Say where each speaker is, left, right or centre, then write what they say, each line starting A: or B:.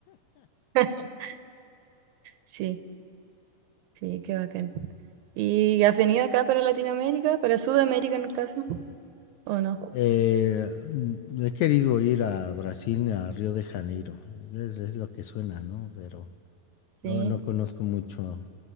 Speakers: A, on the right; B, on the left.
A: <laughs> Sí, sí, qué bacán. ¿Y has venido acá para Latinoamérica, para Sudamérica en el caso, o no?
B: Eh, mm, he querido ir a Brasil, a Río de Janeiro. Es, es lo que suena, ¿no? Pero
A: Sí.
B: no, no conozco mucho.